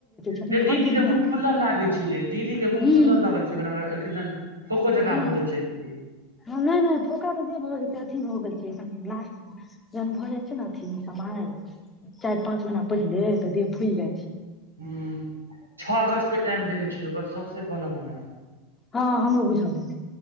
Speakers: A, on the left; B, on the right.
A: छथिन
B: गे
A: तऽ
B: दीदी
A: बड़ बुधिया
B: के मुँह फुलल लागे छैय गे, दीदी के मुँह
A: हूँ
B: फुलल लगै <unintelligible> फोको जका
A: हँ
B: भ गेल छैय।
A: हँ नहि नहि फोखा तऽ जे भऽ गेल से अथी भऽ गेल छैखन लास्ट जहन भऽ जाइ छैय ने अथी समय चारि पाँच महीना पहिले तऽ देह फूइल जाइ छैय।
B: ह छह अगस्त के टाइम देने छैय, ओकर सॉस कहलक हमरा
A: हँ हमरो बुझल रहे।